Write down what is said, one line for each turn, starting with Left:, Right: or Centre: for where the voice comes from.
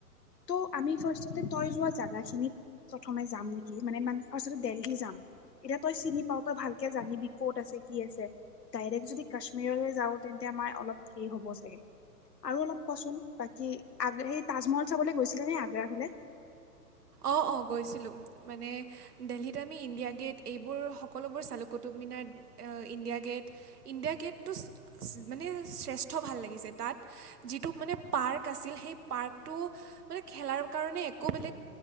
Left: ত' আমি ফাৰ্ষ্টতে তই যোৱা জাগা খিনিত, প্ৰথমে যাম নেকি, মানে মানে ফাৰ্ষ্ট দেল্হি যাম। এতিয়া তই চিনি পাও। তই ভালকে জানিবি ক'ত আছে কি আছে। ডাইৰেক্ট যদি কাশ্মীৰলৈ যাওঁ তেন্তে আমাৰ অলপ হেৰি হ'ব চাগে। আৰু অলপ কচোন বাকী আগ সেই তাজমহল চাবলৈ গৈছিলে নে আগ্ৰা ফালে?
Right: অঁ অঁ গৈছিলোঁ। মানে দেল্হিত আমি ইণ্ডিয়া গেট- এইবোৰ সকলোবোৰ চালোঁ। কুটুমমিনাৰ, ইণ্ডিয়া গেট, ইণ্ডিয়া গেটটো- মানে শ্ৰেষ্ঠ ভাল লাগিছে। তাত যিটো মানে পাৰ্ক আছিল, সেই পাৰ্কটো- মানে খেলাৰ কাৰণে একো বেলেগ